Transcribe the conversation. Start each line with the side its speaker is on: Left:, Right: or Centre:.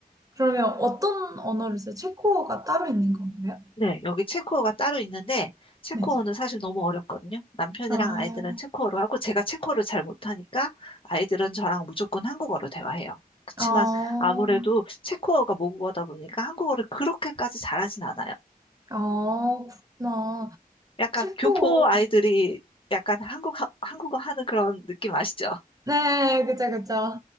Right: 그러면 어떤 언어를 써요? 체코어가 따로 있는 건가요?
Left: 네, 여기 체코어가 따로 있는데, 체코어는
Right: 네.
Left: 사실 너무 어렵거든요. 남편이랑
Right: 아,
Left: 아이들은 체코어로 하고, 제가 체코어를 잘 못하니까, 아이들은 저랑 무조건 한국어로 대화해요. 그치만,
Right: 아,
Left: 아무래도 체코어가 모국어다 보니까 한국어를 그렇게까지 잘하진 않아요.
Right: 아, 그렇구나.
Left: 약간
Right: 체코어.
Left: 교포 아이들이 약간 한국, 한국어 하는 그런 느낌 아시죠?
Right: 네, 그죠, 그죠.